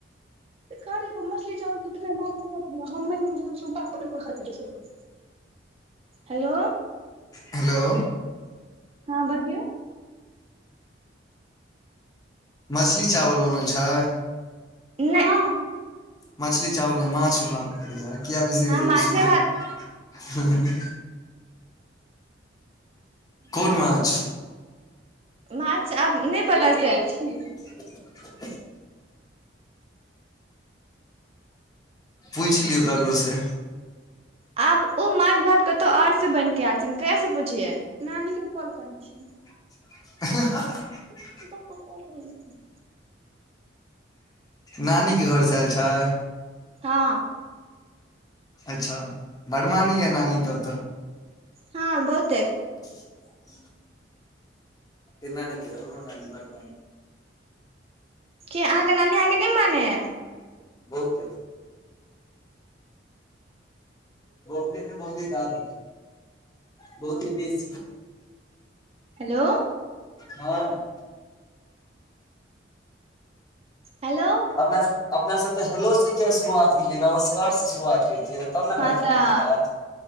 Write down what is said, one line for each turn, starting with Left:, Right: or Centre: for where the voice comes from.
Right: करे मछली चावल तू किना बात कर इस बक
Left: <inaudible>
Right: हेलो।
Left: हेलो।
Right: हँ, बजियऔ।
Left: मछली चावल बनल छै।
Right: नहि।
Left: मछली चावल, नहि माछ भात। किया बिसर
Right: हँ
Left: जाइ
Right: माछे
Left: छियै।
Right: भात
Left: कोन माछ।
Right: माछ आब नहि पता चैत छै।
Left: <inaudible> पुछि लियौ करोसँ।
Right: आब, ओ माछ भात। कतौ आर से बन के आयल छै, हम कै से पुछि नानी के कॉल करै छी।
Left: <unintelligible>
Right: तकै
Left: नानीके घरसे आयल छै।
Right: हँ।
Left: अच्छा, बढ़ मानी य नानी तब तऽ
Right: हँ बहुत।
Left: ह। एना नक हमो बर
Right: क अहाँकेँ नानी अहाँकेँ नहि मानैय।
Left: बहुत। बहुत है बहुती जादा। बहुते बेश।
Right: हेलो।
Left: हँ।
Right: हेलो
Left: अपना। अपना सब तऽ हेलो से किया शुरुआत किय नमस्कार से शुरुआत करियै तब ने
Right: हँ
Left: मैच
Right: तऽ
Left: मिलतै